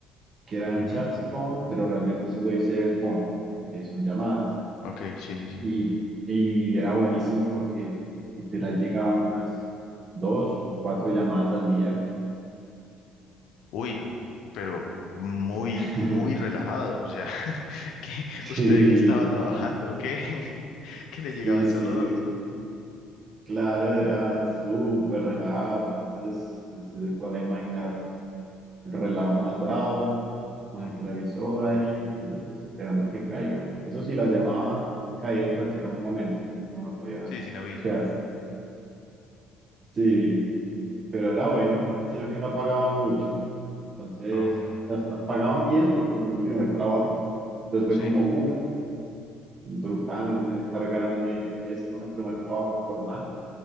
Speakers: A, on the right; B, on the left.
A: que eran
B: Ujú.
A: chats y phone, pero realmente solo hice phone, que son llamadas.
B: Ok, sí, sí, sí.
A: Y, y era buenísimo porque literal llegaban unas dos o cuatro llamadas al día.
B: Uy, pero muy,
A: <laughs>
B: muy relajado. O sea, <laughs> ¿qué
A: Sí,
B: usted de qué estaba trabajando, ¿qué? <laughs> Que le
A: sí,
B: llegaban
A: sí,
B: solo dos.
A: claro, era súper relajado, entonces usted se podrá imaginar el relajo más bravo, con
B: Ujú.
A: el televisor ahí, tú, pues esperando a que caiga. Eso sí, la llamaba caía en cualquier momento, entonces uno no podía
B: Sí, sin aviso.
A: quedarse. Sí, pero era bueno, sino que no pagaban mucho. Entonces,
B: Ah,
A: hasta pagaban bien porque fue mi primer trabajo. Entonces fue
B: sí.
A: como, uff, brutal eh, estar ganándome esto en primer trabajo formal.